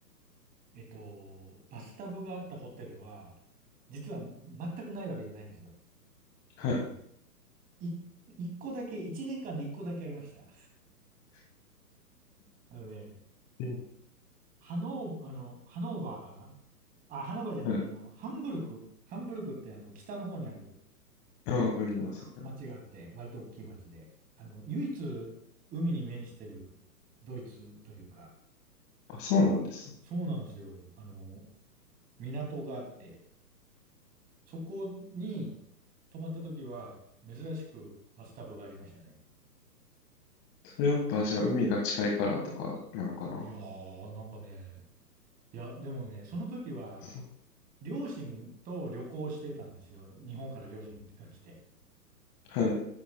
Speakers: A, on the right; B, on the left.
A: えっと、バスタブがあったホテルは、実は全くないわけじゃないんですよ。
B: は
A: あのい、一個だけ、一年間で一個だけありました。あのね、
B: い。
A: ハノー、あの、ハノーバーかなあ、ハノーバーじゃない、
B: はい。
A: あの、ハンブルク。ハンブルクってあの、北の方にある
B: あ、わかります。わかります。
A: 町があって、割と大きい町で、あの、唯一海に面してるドイツというか、
B: あ、そうなんですね。
A: そうなんですよ。あの、港があって、そこに泊まった時は、珍しくバスタブがありましたね。
B: それやっぱじゃあ海が近いからとかなのかな。
A: いやー、なんかね、いや、でもね、その時は、
B: そう。
A: 両親と旅行してたんですよ。日本から両親が来て。
B: はい。